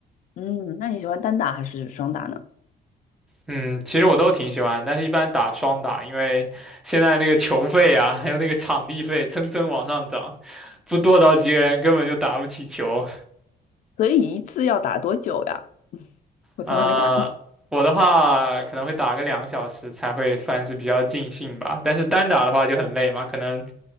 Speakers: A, on the left; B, in the centre.
A: 嗯，那你喜欢单打还是双打呢？
B: 嗯，其实我都挺喜欢，但是一般打双打，因为现在那个球费啊，<laughs> 还有那个场地费蹭蹭往上涨，不多找几个人根本就打不起球。
A: 所以一次要打多久呀？我从来没打过。
B: 啊、我的话可能会打个两个小时才会算是比较尽兴吧，但是单打的话就很累嘛，可能